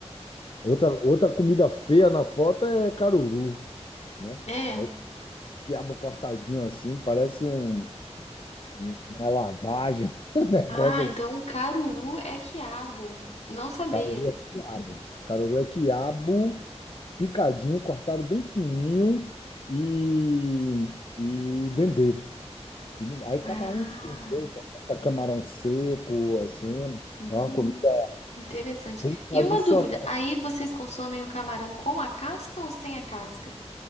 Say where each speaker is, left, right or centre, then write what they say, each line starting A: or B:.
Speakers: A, on the left; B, on the left.
A: Outra, outra comida feia na foto é caruru né?
B: É.
A: É o quiabo cortadinho assim, parece um, um- uma lavagem, <laughs> um negócio
B: Ah, então
A: assim.
B: o caruru é quiabo. Não sabia.
A: Caruru é quiabo. Caruru é quiabo picadinho, cortado bem fininho e, e dendê. Aí
B: Ah,
A: cada um faz um jeito, bota camarão seco, assim.
B: hum,
A: É uma comida
B: interessante.
A: bem tradicional.
B: E uma dúvida, aí vocês consomem o camarão com a casca ou sem a casca?